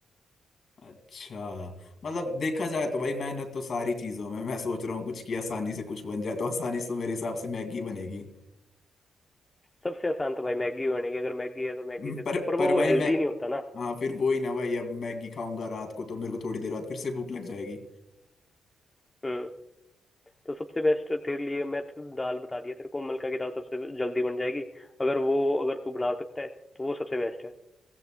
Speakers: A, on the left; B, on the left.
A: अच्छा मतलब देखा जाए तो भाई मेहनत तो सारी चीजों में मैं सोच रहा हूँ कुछ की आसानी से कुछ बन जाए तो आसानी से तो मेरे हिसाब से मैगी बनेगी
B: सबसे आसान तो भाई मैगी बनेगी अगर मैगी है तो मैगी
A: पर
B: से पर
A: पर
B: वो
A: भाई
B: हेल्दी
A: मैं
B: नहीं होता ना
A: हाँ फिर वो ही ना भाई अब मैगी खाऊंगा रात को तो मेरे को थोड़ी देर बाद फिर से भूख लग जाएगी
B: हम्म तो सबसे बेस्ट तेरे लिए मैं तो दाल बता दिया तेरे को मलका की दाल सबसे जल्दी बन जाएगी अगर वो अगर तू बना सकता है तो वो सबसे बेस्ट है